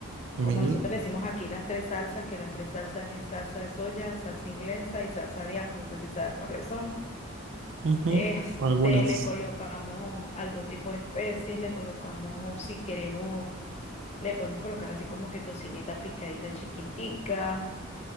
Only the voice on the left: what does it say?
Como
nosotros le decimos aquí las tres salsas, que las tres salsas es salsa de soya, salsa inglesa y salsa de ajo, no sé si sabes cuáles son.
Este,
le colocamos algún tipo de especies, le colocamos, si queremos, le podemos colocar así como que tocineta picadita chiquitica